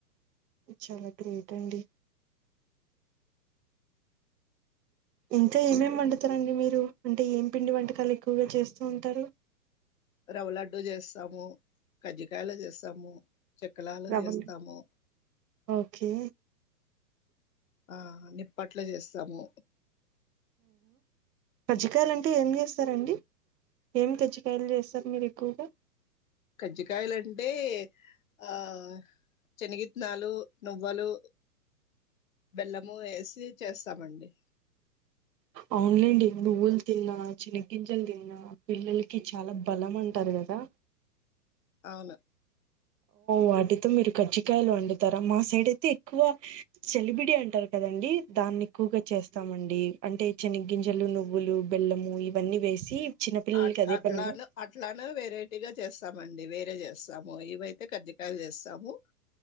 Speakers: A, on the right (about 85°); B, on the left (about 55°).
A: చాలా గ్రేట్ అండి ఇంకా ఏమేం వడుతారండి మీరు అంటే ఏం పిండి వంటకాలు ఎక్కువగా చేస్తూ ఉంటారు
B: రవ లడ్డూ చేస్తాము కజ్జికయలు చేస్తాము చకలాలు
A: రవ్వ
B: చేస్తాము
A: ఓకే
B: ఆ నిప్పట్ల చేస్తాము
A: పజ్జికాయలు అంటే ఏం చేస్తారంండి ఏమి తజ్జికయలు చేస్తారు మీరు ఎక్కువగా
B: కజ్జికాయలుంటే ఆ శనగిత్తనాలు నువ్్వలు బెల్లము వేసి చేస్తామండి
A: అవునులేండి నుువ్వులు తిన్నా చిన్న గంజలు తిన్నా పిల్లలకి చాలా బలం అంటారు కదా
B: అవును
A: వాటితో మీరు కజజికయలు వండుతారా మా సైడ్ అయితే ఎక్కువ సలబిడి అంటారు కదండి దాన్ని ఎక్కువగా చేస్తామండి అంటే శనగ గింజలు నువ్వులు బెల్లము ఇవన్నీ వేసి చిన్నపిల్లలకి
B: అ
A: అదే
B: అట్లాను
A: పనిగా
B: అట్లానే వెరైటీగా చేస్తను ండి వేరే చేస్తాము ఇవయితే కజ్జకాయలు చేస్తాము